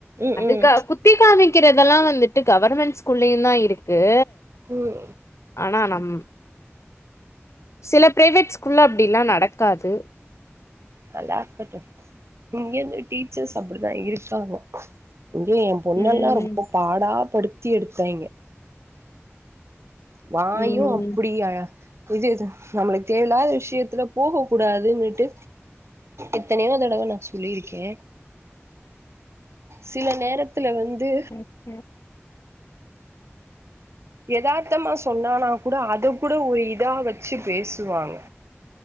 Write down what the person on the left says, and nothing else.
அதுக்காக
குத்தி காமிக்கிறதெல்லா வந்துட்டு கவர்மெண்ட் ஸ்கூல்லயு தா இருக் க்கு
ஆனா நம் சில பிரைவேட் ஸ்கூல்ல அப்டில்லா நடக்காது
ம்
ம்
அ